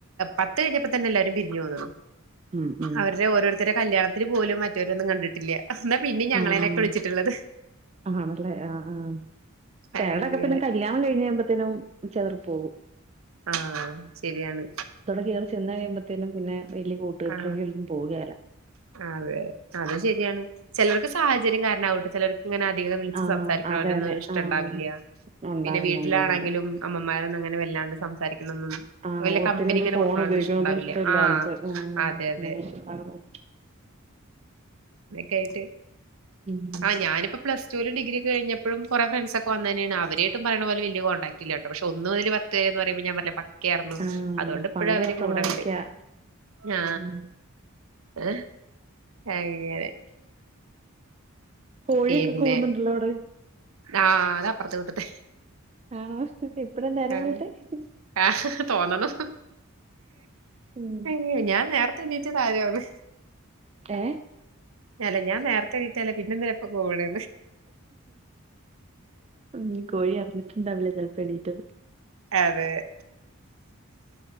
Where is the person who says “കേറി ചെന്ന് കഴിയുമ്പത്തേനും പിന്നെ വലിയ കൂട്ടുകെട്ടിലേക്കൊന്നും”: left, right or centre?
Right